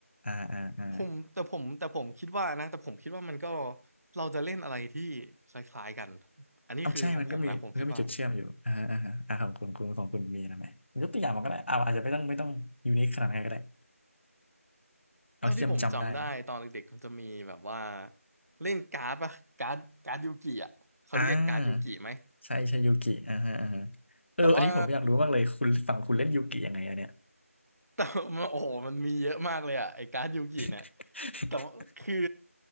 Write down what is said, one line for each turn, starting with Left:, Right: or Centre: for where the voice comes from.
Left: อ่าอ่าอ่า
Right: ผมแต่ผมแต่ผมคิดว่านะแต่ผมคิดว่ามันก็เราจะเล่นอะไรที่คล้ายๆกันอันนี้คือของผมนะผมคิดว่า
Left: เอาใช่มันก็มีมันก็มีจุดเชื่อมอยู่อ่าอ่าอ่าของคุณคุณของคุณมีนะไหมยกตัวอย่างมาก็ได้เอาอาจจะไม่ต้องไม่ต้องยูนิคขนาดนั้นก็ได้ เอาที่จำจำได้เลย
Right: เท่าที่ผมจำได้ตอนเด็กๆมันจะมีแบบว่าเล่นการ์ดปะการ์ดการ์ดยูกิอ่ะเขาเรียกการ์ดยูกิไหม
Left: อ่าใช่ใช่ยูกิอ่าฮะอ่าฮะเอออันนี้ผมอยากรู้มากเลยคุณฝั่งคุณเล่นยูกิยังไงอะเนี่ย
Right: แต่ว่า แต่มันโอ้โหมันมีเยอะมากเลยอ่ะไอ้การ์ดยูกิเนี่ย
Left: <laughs>
Right: แต่ว่าคือ